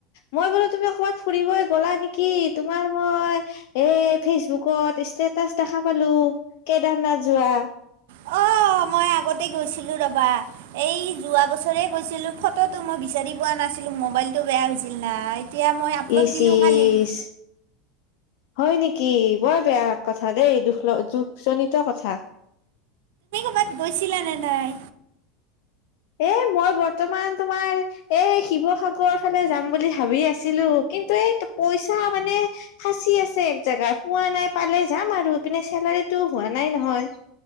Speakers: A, on the left (about 70°); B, on the right (about 75°).
A: মই বোলো তুমি ক'বাত ফুৰিবই গ'লা নেকি, তোমাৰ মই এ ফেচবুকত ষ্টেটাচ দেখা পালো, কেদাৰনাথ যোৱা।
B: অ', মই আগতে গৈছিলো ৰ'বা। এই যোৱা বছৰে গৈছিলো, ফটোটো মই বিচাৰি পোৱা নাছিলো মোবাইলটো বেয়া হৈছিল নাই। এতিয়া মই আপলোড
A: ইচ
B: দিলোঁ
A: ইচ
B: কালি।
A: হয় নেকি বৰ বেয়া কথা দেই, দুখ ল দুখজনিত কথা।
B: ক'বাত গৈছিলা নে নাই।
A: এ মই বৰ্তমান তোমাৰ এ শিৱসাগৰ ফালে যাম বুলি ভাবি আছিলো, কিন্তু এ ত পইচা মানে ফাচি আছে এক জেগাত, পোৱা নাই পালে যাম আৰু ই পিনে চেলাৰীতো হোৱা নাই নহয়।